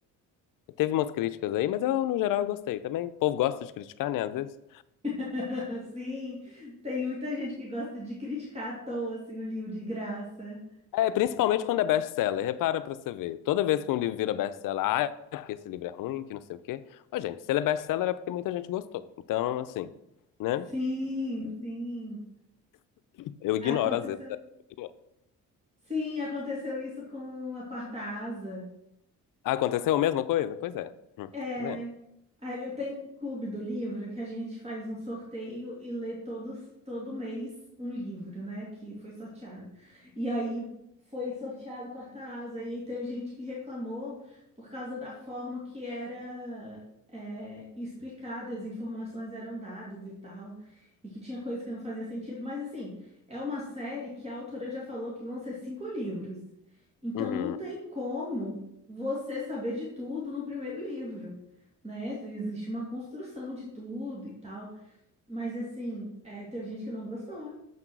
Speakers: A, on the left; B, on the right.
A: Teve umas críticas aí, mas eu, no geral, eu gostei também. O povo gosta de criticar, né? Às vezes.
B: <laughs> Sim, tem muita gente que gosta de criticar à toa, assim, o livro de graça.
A: É, principalmente quando é best-seller. Repara pra você ver. Toda vez que um livro vira best-seller, ah, é porque esse livro é ruim, que não sei o quê. Ô, gente, se ele é best-seller é porque muita gente gostou. Então, assim, né?
B: Sim, sim.
A: Eu ignoro
B: Aconteceu.
A: às vezes. essa opinião.
B: Sim, aconteceu isso com a Quarta Asa.
A: Ah, aconteceu a mesma coisa? Pois é. Hum,
B: É,
A: tá vendo?
B: ah, eu tenho um clube do livro que a gente faz um sorteio e lê todos, todo mês um livro, né? Que foi sorteado. E aí foi sorteado Quarta Asa, e aí teve gente que reclamou por causa da forma que era é, explicada, as informações eram dadas e tal, e que tinha coisa que não fazia sentido. Mas assim, é uma série que a autora já falou que vão ser cinco livros. Então
A: Uhum.
B: não tem como você saber de tudo no primeiro livro, né? Então, Existe uma construção de tudo e tal. Mas assim, é, teve gente que não gostou.